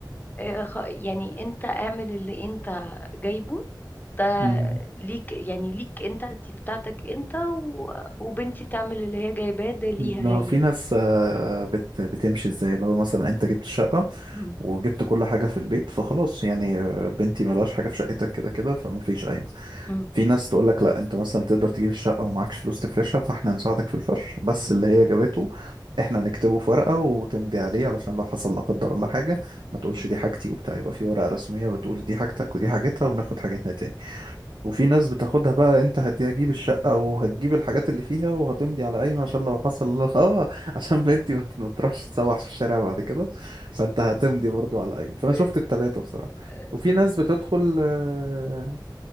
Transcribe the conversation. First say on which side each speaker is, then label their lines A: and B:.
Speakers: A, on the left; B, on the right.
A: آه، خ- يعني انت اعمل اللي انت جايبه ده
B: مم.
A: ليك يعني ليك انت دي بتاعتك انت و... وبنتي تعمل اللي هي جايباه ده ليها
B: ما
A: هي
B: هو في ناس آه، بت بتمشي ازاي اللي هو مثلا انت جبت الشقة
A: مم.
B: وجبت كل حاجة في البيت فخلاص يعني آه، بنتي ملهاش حاجة في شقتك كده كده فمفيش قايمة
A: مم.
B: في ناس تقول لك لا انت مثلا تقدر تجيب الشقة ومعكش فلوس تفرشها فاحنا هنساعدك في الفرش بس اللي هي جابته احنا هنكتبه في ورقة وتمضي عليه علشان لو حصل لا قدر الله حاجة ما تقولش
A: مم.
B: دي حاجتي وبتاع يبقى في ورقة رسمية بتقول دي حاجتك ودي حاجتها وناخد حاجتنا تاني وفي ناس بتاخدها بقى انت هتجيب الشقة وهتجيب الحاجات اللي فيها وهتمضي على قايمة عشان لو حصل <laughs> اه عشان بنتي ما ت- ما تروحش تسوح في الشارع بعد كده فانت هتمضي برضو على القايمة فانا
A: إيه،
B: شفت التلاتة بصراحة
A: آه،
B: وفي ناس بتدخل آه،